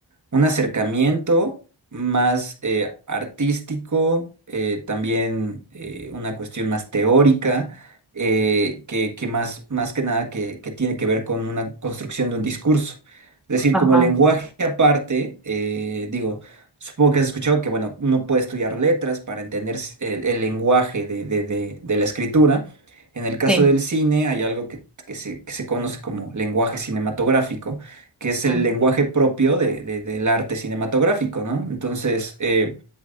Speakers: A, on the right; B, in the centre.
A: un acercamiento más eh, artístico, eh, también eh, una cuestión más teórica, eh, que, que más, más que nada que, que tiene que ver con una construcción de un discurso. Es decir,
B: Ajá.
A: como lenguaje aparte, eh, digo, supongo que has escuchado que, bueno, uno puede estudiar letras para entender s- el, el lenguaje de, de- de- de la escritura. En el caso
B: Sí.
A: del cine hay algo que, que se, que se conoce como lenguaje cinematográfico que es
B: Ujú.
A: el lenguaje propio de, de- del arte cinematográfico, ¿no? Entonces, eh,